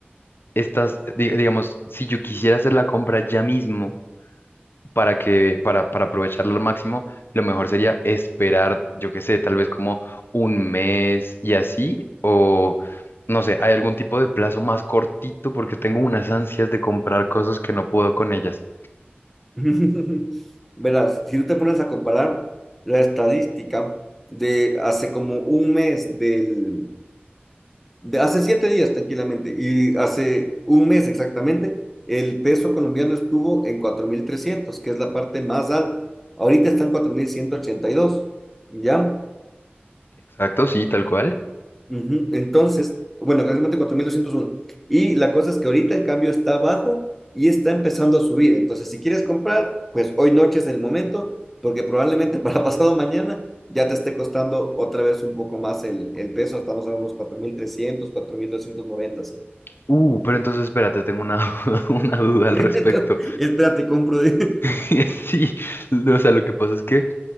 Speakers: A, on the left; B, in the centre.
A: estas, di- digamos, si yo quisiera hacer la compra ya mismo para que, para, para aprovecharla al máximo, lo mejor sería esperar, yo qué sé, tal vez como un mes y así, o no sé, ¿hay algún tipo de plazo más cortito? Porque tengo unas ansias de comprar cosas que no puedo con ellas.
B: <laughs> Verás, si tú te pones a comparar la estadística de hace como un mes del, de hace siete días tranquilamente y hace un mes exactamente, el peso colombiano estuvo en cuatro mil trescientos que es la parte más alta. Ahorita está en 4.182, ¿ya?
A: Exacto, sí, tal cual.
B: Uh -huh. Entonces, bueno, realmente cuatro mil doscientos uno Y la cosa es que ahorita en cambio está abajo y está empezando a subir. Entonces, si quieres comprar, pues hoy noche es el momento, porque probablemente <laughs> para pasado mañana ya te esté costando otra vez un poco más el, el peso. Estamos a unos cuatro cuatro mil mil trescientos cuatro mil doscientos noventa ¿sí?
A: Uh, pero entonces espérate, tengo una, <laughs> una duda al
B: <laughs>
A: respecto.
B: Espérate, compro. <laughs>
A: <laughs> Sí, no, o sea, lo que pasa es que